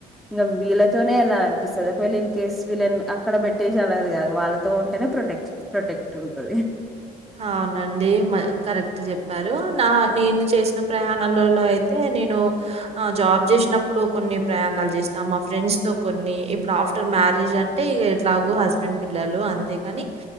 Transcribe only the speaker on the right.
అవునండి మ కరెక్ట్ చెప్పారు నా నేను చేసిన ప్రయాణలలో అయితే నేను జాబ్ చేసినప్పుడు కొన్ని ప్రయాణాలు చేసినా మా ఫ్రెండ్స్ తో కొన్ని ఇప్పుడు ఆఫ్టర్ మ్యారేజ్ అంటే ఇగ ఎట్లాగో హస్బెండ్ పిల్లలు అంతేగాని